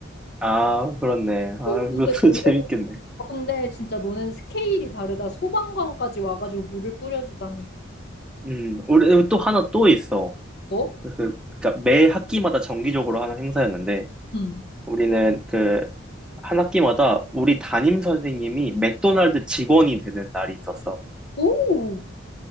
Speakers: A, in the centre; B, on the left (about 55°).
A: 아, 그렇네. 아,
B: 뭐,
A: 그것도
B: 근데 너는,
A: <laughs> 재밌겠네.
B: 어, 근데 진짜 너는 스케일이 다르다. 소방관까지 와가지고 물을 뿌려주다니.
A: 음, 우리 또 하나 또 있어.
B: 너?
A: 그, 그러니까 매 학기마다 정기적으로 하는 행사였는데,
B: 응.
A: 우리는 그, 한 학기마다 우리 담임 선생님이 맥도날드 직원이 되는 날이 있었어.
B: 오!